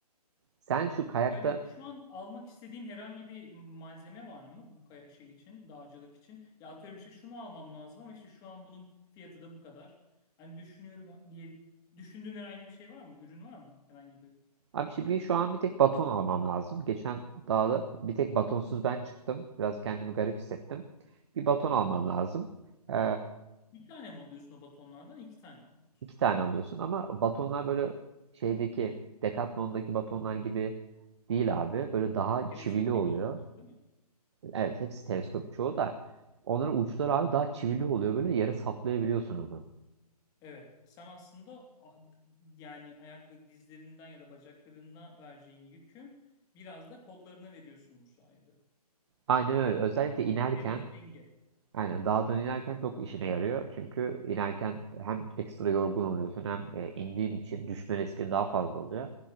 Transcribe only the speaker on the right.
Sen şu kayakta
abi işte bir şu an bir tek baton almam lazım. Geçen dağda bir tek batonsuz ben çıktım. Biraz kendimi garip hissettim. Bir baton almam lazım. E,
İki tane alıyorsun ama batonlar böyle şeydeki Decathlon'daki batonlar gibi değil abi. Böyle daha
çivili oluyor.
Evet hepsi teleskop çoğu da. Onların uçları abi daha çivili oluyor. Böyle yere saplayabiliyorsun onu.
Aynen öyle. Özellikle inerken
yani dağdan inerken çok işine yarıyor. Çünkü inerken hem ekstra yorgun oluyorsun hem e, indiğin için düşme riski daha fazla oluyor.